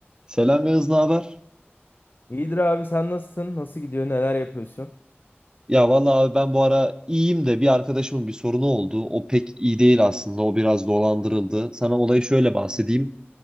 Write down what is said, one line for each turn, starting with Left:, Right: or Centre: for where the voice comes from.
Right: Selam Yağız, ne haber?
Left: İyidir abi sen nasılsın? Nasıl gidiyor? Neler yapıyorsun?
Right: Ya vallahi abi ben bu ara iyiyim de bir arkadaşımın bir sorunu oldu. O pek iyi değil aslında. O biraz dolandırıldı. Sana olayı şöyle bahsedeyim.